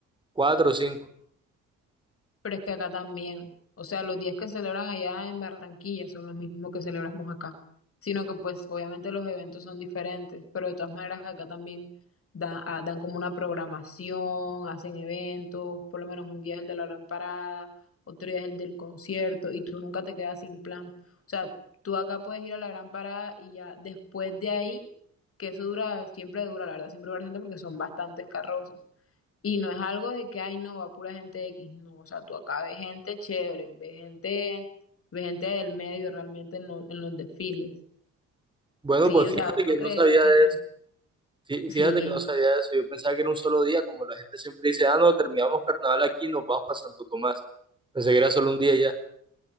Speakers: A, on the right; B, on the left.
A: cuatro o cinco.
B: Pero es que acá también, o sea, los días que celebran allá en Barranquilla son los mismos que celebramos acá, sino que pues obviamente los eventos son diferentes, pero de todas maneras acá también dan, ah, dan como una programación, hacen eventos, por lo menos un día es el de la gran parada, otro día es el del concierto y tú nunca te quedas sin plan. O sea, tú acá puedes ir a la gran parada y ya después de ahí, que eso dura, siempre dura, la verdad, siempre dura bastante porque son bastantes carrozas. Y no es algo de que, ay, no, va pura gente X. No, o sea, tú acá ves gente chévere, ves gente, ves gente del medio realmente en, lo- en los desfiles.
A: Bueno,
B: Sí,
A: pues
B: o
A: fíjate
B: sea, uno
A: que
B: creería
A: no sabía
B: que
A: de
B: no.
A: eso. Fí-
B: Sí,
A: Fíjate que no sabía de eso. Yo pensaba que era un solo día, como la gente siempre dice, ah, no, terminamos carnaval aquí, nos vamos para Santo Tomás. Pensé que era solo un día y ya.